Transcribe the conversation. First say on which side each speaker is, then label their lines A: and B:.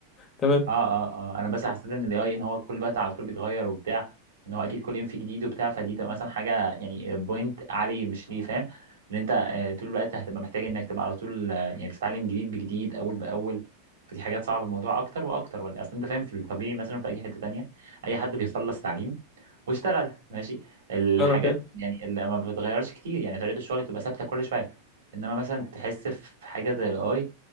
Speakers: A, on the left; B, on the right.
A: تمام
B: اه اه اه انا بس حسيت ان الاي اي ان هو كل وقت على طول بيتغير وبتاع ان هو اكيد كل يوم في جديد وبتاع فدي تبقى مثلا حاجه يعني بوينت عالي مش ليه فاهم ان انت آه، طول الوقت هتبقى محتاج انك تبقى على طول آه، يعني تتعلم جديد بجديد اول باول فدي حاجات صعبه الموضوع اكتر واكتر ولا اصل انت فاهم في الطبيعي مثلا في اي حته تانية اي حد بيخلص تعليم واشتغل ماشي الحاجات
A: فاهمك إيه.
B: يعني اللي ما بتتغيرش كتير يعني طريقه الشغل بتبقى ثابته كل شويه انما مثلا تحس في حاجه زي الاي